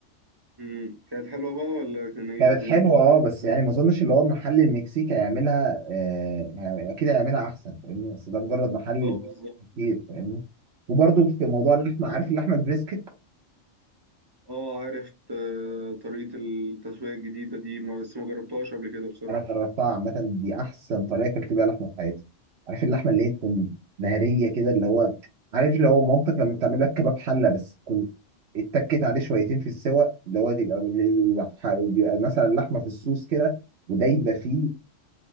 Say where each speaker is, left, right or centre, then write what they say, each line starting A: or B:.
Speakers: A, on the right; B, on the right.
A: مم. كانت حلوة بقى ولا كان ايه
B: كانت
A: الدنيا؟
B: حلوة اه بس يعني ما اظنش اللي هو محل المكسيك هيعملها آه يعني اكيد هيعملها احسن فاهمني بس ده مجرد محل
A: اه بالظبط
B: كتير فاهمني وبرضه في موضوع اللحمة عارف اللحمة البريسكت
A: اه عرفت آه، طريقة التسوية الجديدة دي ما- بس ما جربتهاش قبل كده بصراحة
B: انا جربتها عامة دي احسن طريقة اكلت بيها لحمة في حياتي عارف اللحمة اللي هي تكون مهرية كده اللي هو عارف اللي هو مامتك لما بتعمل لك كباب حلة بس تكون اتكت عليه شويتين في السوا اللي هو تبقى بيبقى مثلا لحمة في الصوص كده ودايبة فيه